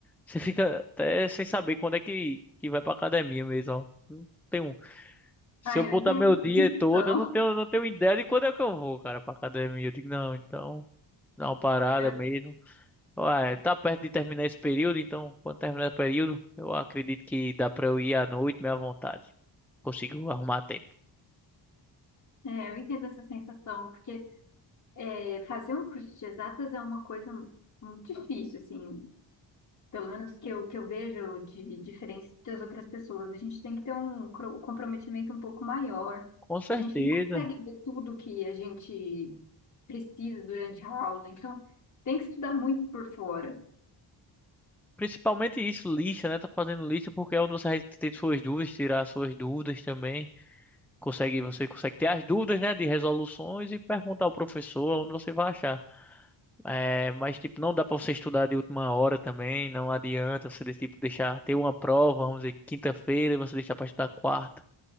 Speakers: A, in the centre; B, on the left (about 40°).
A: você fica até sem saber quando é que, que vai pra academia mesmo, ó. Não tenho, se
B: Ah,
A: eu
B: eu
A: botar
B: entendo
A: meu dia
B: então.
A: todo, eu não tenho, não tenho ideia de quando é que eu vou, cara, pra academia. Eu digo, não, então, dá uma parada
B: Eu,
A: mesmo. Ué, tá perto de terminar esse período, então, quando terminar esse período, eu acredito que dá pra eu ir à noite, meio à vontade. Consigo arrumar tempo.
B: é, eu entendo essa sensação, porque é, fazer um curso de exatas é uma coisa muito difícil, assim. pelo menos que eu, que eu vejo de diferença das outras pessoas. A gente tem que ter um cro- um comprometimento um pouco maior.
A: Com certeza.
B: A gente não consegue ver tudo que a gente precisa durante a aula, então tem que estudar muito por fora.
A: Principalmente isso, lista, né? Tá fazendo lista porque é onde você vai ter suas dúvidas, tirar suas dúvidas também. Consegue, você consegue ter as dúvidas, né? De resoluções e perguntar ao professor onde você vai achar. É, mas, tipo, não dá pra você estudar de última hora também. Não adianta você, tipo, deixar ter uma prova, vamos dizer, quinta-feira e você deixar pra estudar quarta.